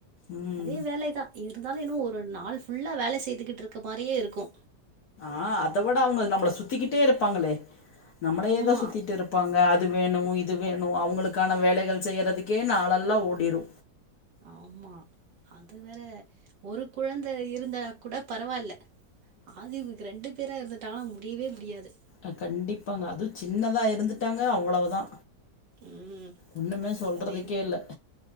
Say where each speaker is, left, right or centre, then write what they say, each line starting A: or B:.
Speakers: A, on the left (about 65°); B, on the right (about 90°).
A: ம்
B: அதே வேலைதா இரு இருந்தாலு இன்னு ஒரு நாள் ஃபுல்லா வேல செய்துகிட்ருக்க மாரியே இருக்கு
A: ஆ அத விட அவுங்க நம்மள சுத்திக்கிட்டே இருப்பாங்களே நம்மளேயே
B: ஆமாம்
A: தா சுத்திட்டு இருப்பாங்க அ அது வேணு இது வேணு அவுங்களுக்கான வேலைகள் செய்யறதுக்கே நாளல்லா ஓடிரு
B: ஆமா அது வேற ஒரு குழந்த இருந்தா கூட பரவால்ல ஆதிவுக்கு ரெண்டு பேரா இருந்துட்டாலா முடியவே முடியாது
A: அ கண்டிப்பாங்க அது சின்னதா இருந்துட்டாங்க அவ்வளவுதா
B: ம்
A: ஒண்ணுமே சொல்றதுக்கே
B: அதே
A: இல்ல